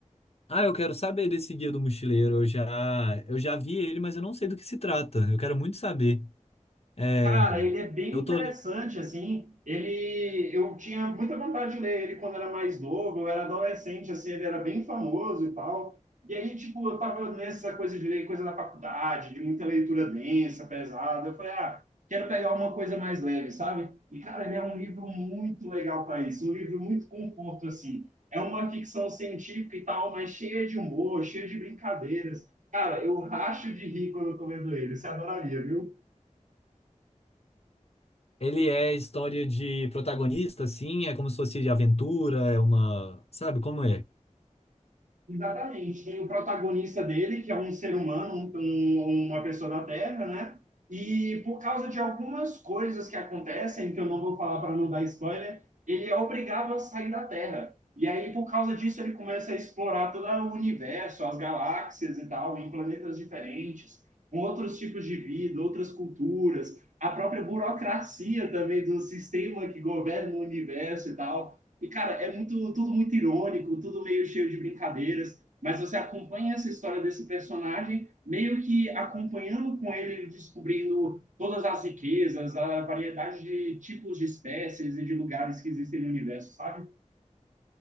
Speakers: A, on the left; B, on the right.
A: Ah, eu quero saber desse Guia do Mochileiro. Eu já, eu já vi ele, mas eu não sei do que se trata. Eu quero muito saber. É,
B: Cara, ele é bem
A: eu
B: interessante,
A: tô... le-
B: assim. Ele, eu tinha muita vontade de ler ele quando era mais novo, eu era adolescente, assim, ele era bem famoso e tal. E aí, tipo, eu tava nessa coisa de ler coisa da faculdade, de muita leitura densa, pesada. Eu falei, ah, quero pegar uma coisa mais leve, sabe? E, cara, ele é um livro muito legal para isso, um livro muito conforto, assim. É uma ficção científica e tal, mas cheia de humor, cheia de brincadeiras. Cara, eu racho de rir quando eu tô lendo ele. Você adoraria, viu?
A: Ele é história de protagonista, assim? É como se fosse de aventura, é uma... Sabe como é?
B: Exatamente. Tem o protagonista dele, que é um ser humano, um- um- uma pessoa da Terra, né? E por causa de algumas coisas que acontecem, que eu não vou falar para não dar spoiler, ele é obrigado a sair da Terra. E aí, por causa disso, ele começa a explorar todo o universo, as galáxias e tal, em planetas diferentes, com outros tipos de vida, outras culturas, a própria burocracia também do sistema que governa o universo e tal. E, cara, é muito, tudo muito irônico, tudo meio cheio de brincadeiras, mas você acompanha essa história desse personagem, meio que acompanhando com ele, descobrindo todas as riquezas, a variedade de tipos de espécies e de lugares que existem no universo, sabe?